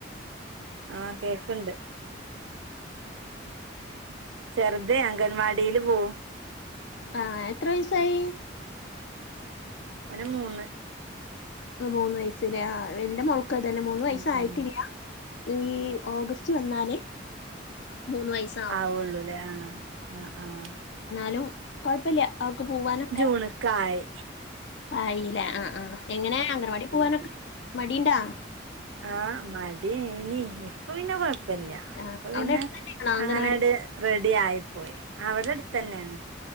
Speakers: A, on the right (about 80°); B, on the left (about 65°).
A: ആഹ് കേക്ക്ണ്ട് ചെറ്ത് അംഗൻ വാടിയില് പോകും
B: ആഹ് എത്ര വയസായി
A: ഓന് മൂന്ന്
B: മൂന്ന് വയസല്ലേ ആഹ് എന്റെ മോൾക്ക് അത് തന്നെ മൂന്ന് വയസ്സായിട്ടില്യാ
A: ഉം ഉം
B: ഈ ഓഗസ് റ്റ് വന്നാലേ മൂന്ന് വയസ്
A: ആവുള്ളൂ ല്ലേ ആഹ് ആഹ് ആഹ്
B: എന്നാലും കൊഴപ്പില്യാ അവൾക്ക് പോവാനൊക്കെ
A: മൂന്ന്ക്കായി
B: ആയില്ലേ ആഹ് ആഹ് എങ്ങനെ അംഗനവാടി
A: ഉം
B: പോവാനൊക്കെ
A: ഉം
B: മടിണ്ടാ
A: ആഹ് മടി അയ്നി ഇപ്പ പിന്നെ കൊഴപ്പില്യാ
B: ആ
A: ഇപ്പ
B: അവിടെ
A: പിന്നെ
B: അടുത്ത് തന്നെയാണോ അംഗനവാടി
A: അങ്ങനെട് റെഡി ആയിപ്പോയി അവിടെ അടുത്തന്നെണ്.